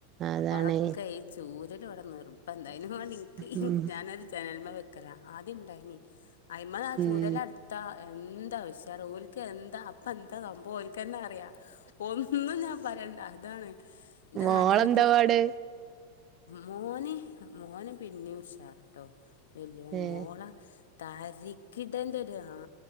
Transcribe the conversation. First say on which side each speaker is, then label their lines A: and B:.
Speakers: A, on the right; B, on the left.
A: അതാണ്
B: അപ്പളൊക്കെ ഈ ചൂ ബലിവിടെ നിർ അപ്പൊ എന്തായാലും ൻക്ക്
A: ഉം
B: ൻക്ക് ഞാനൊരു ജനൽമേ വേ ക്കരാ ആദ്യം ണ്ടായിന അയിമ്മന്നാ
A: ഉം
B: ചൂരലാട്താ എന്താാഉഷാർ ഓൽക്ക് എൻ ന്താ അപ്പൊ എന്താ സംഭവം ഓൽക്ക്ന്നെ അറിയാ ഒന്നും ഞാൻ പറയണ്ട അതാണ് എൻ്റെ
A: മോളെന്താപാട്
B: താത്താരൊക്കെ മോന് മോന് പിന്നെയും ഉഷാറ് ട്ടോ വെല്യോൻ
A: ഏഹ്
B: മോള തരികിടന്റെ ഒരു ആ